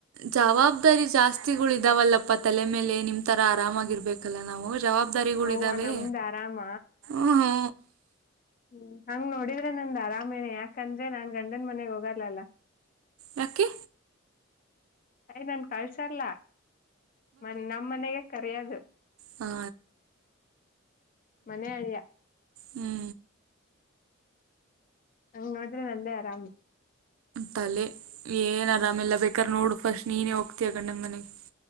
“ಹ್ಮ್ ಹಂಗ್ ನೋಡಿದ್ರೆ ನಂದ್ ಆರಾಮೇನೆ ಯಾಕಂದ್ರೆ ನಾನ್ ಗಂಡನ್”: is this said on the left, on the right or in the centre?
Left